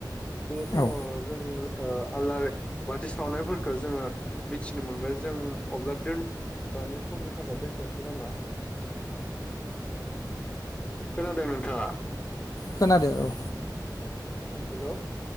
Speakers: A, on the left; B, on the left.
A: बे समाव
B: औ
A: जोङो ओ आलारि बाथि सावनायफोरखौ जोङो मिथिनो मोनबाय जों अब्ला दोन दानि समनि थाखाय दोनथसै नामा, खोनादों नोंथाङा?
B: खोनादो औ।
A: हेल